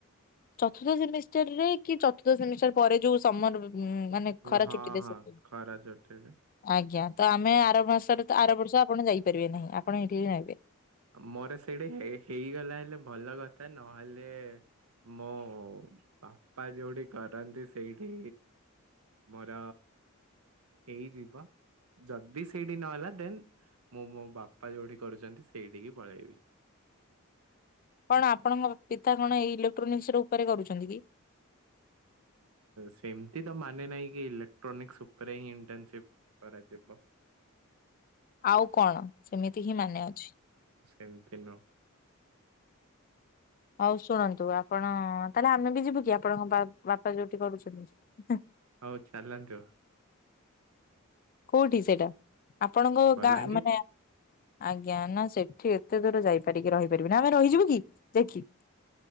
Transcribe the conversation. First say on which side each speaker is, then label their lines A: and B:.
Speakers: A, on the left; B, on the right.
A: ଚତୁର୍ଥ ସେମିଷ୍ଟାର ରେ କି ଚତୁର୍ଥ ସେମିଷ୍ଟାର ପରେ ଯୋଉ ସମର ହୁଁ ମାନେ ଖରା
B: ହଁ
A: ଛୁଟି ଦେବେ
B: ହଁ ଖରା ଚଟରେ
A: ଆଜ୍ଞା। ତ ଆମେ ଆର ମାସରେ ତ ଆର ବର୍ଷ ଆପଣ ଯାଇପାରିବେ ନାହିଁ ଆପଣ ଏଇଠି ହିଁ ରହିବେ।
B: ମୋର ସେଇଟା ହେଇ ହେଇଗଲା ହେଲା ଭଲ କଥା ନହେଲେ ମୋ ବାପା ଯୋଉଠି କରନ୍ତି ସେଇଠି ମୋର ହେଇଯିବ ଯଦି ସେଇଠି ନହେଲା ଦେନ୍ ମୁଁ ମୋ ବାପା ଯୋଉଠି କରୁଛନ୍ତି ସେ ସେଇଠିକି ପଳେଇବି।
A: କଣ ଆପଣଙ୍କ ପିତା କଣ ଏଇ ଇଲେକ୍ଟ୍ରୋନିକ୍ସ ର ଉପରେ କରୁଛନ୍ତି କି?
B: ସେମିତି ତ ମାନେ ନାହିଁ କି- ଇଲେକ୍ଟ୍ରୋନିକ୍ସ ଉପରେ ହିଁ ଇଣ୍ଟନସିପ କରାଯିବ।
A: ଆଉ କଣ? ସେମିତି ହିଁ ମାନେ ଅଛି।
B: ଏମତି ନ
A: ହଉ ଶୁଣନ୍ତୁ, ଆପଣ ତାହେଲେ ଆମେ ବି ଯିବୁ କି ଆପଣଙ୍କ ବାପା ଯୋଉଠି କରୁଛନ୍ତି।
B: ହଉ ଚାଲନ୍ତୁ।
A: କୋଉଠି ସେଇଟା, ଆପଣଙ୍କ
B: ବଲାଙ୍ଗୀର
A: ଗାଁ ମାନେ ଆଜ୍ଞା, ନା ସେଠି ଏତେ ଦୂର ଯାଇପାରିକି, ରହିପାରିବି ନା ଆମେ ରହିଯିବୁ କି ଦେଖି